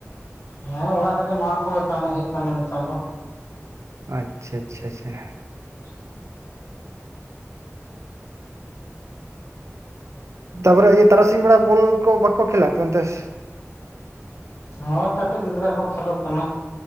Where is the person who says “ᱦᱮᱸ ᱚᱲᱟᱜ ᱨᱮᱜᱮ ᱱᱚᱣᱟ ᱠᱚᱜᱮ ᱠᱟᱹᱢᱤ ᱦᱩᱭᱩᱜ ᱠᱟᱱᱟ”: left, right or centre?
Left